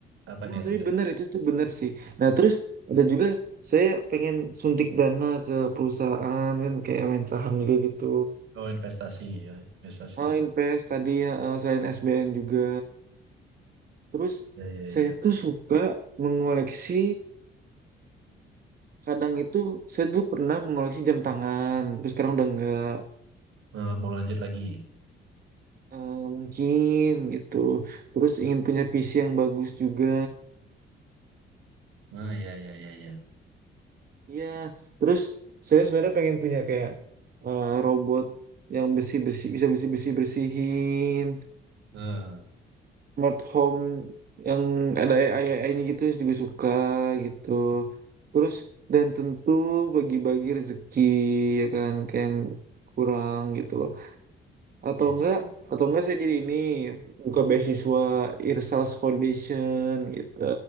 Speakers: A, on the right; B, on the right.
A: apa
B: Emang
A: nih
B: tapi
A: rencana?
B: benar itu tuh benar sih. Nah terus ada juga saya pengen suntik dana ke perusahaan kan kayak main saham juga gitu.
A: Oh investasi ya investasi.
B: Oh, Inpes tadi ya, eh, selain SBN juga. Terus
A: Ya ya ya.
B: saya tuh suka mengoleksi, kadang itu saya dulu pernah mengoleksi jam tangan, terus sekarang udah enggak
A: Eh, mau lanjut lagi.
B: Eh, mungkin gitu. Terus ingin punya PC yang bagus juga.
A: Ah, iya, iya, iya, iya.
B: Iya, terus saya sebenarnya pengen punya kayak eh, robot yang bersih-bersih, bisa bersih-bersih bersihin.
A: Ah,
B: Smart home yang ada AI-AI-nya gitu juga suka gitu. Terus dan tentu bagi-bagi rezeki ya kan kayak yang kurang gitu loh. Atau
A: iya,
B: enggak
A: iya. iya.
B: atau enggak saya jadi ini buka beasiswa Irsals Foundation gitu.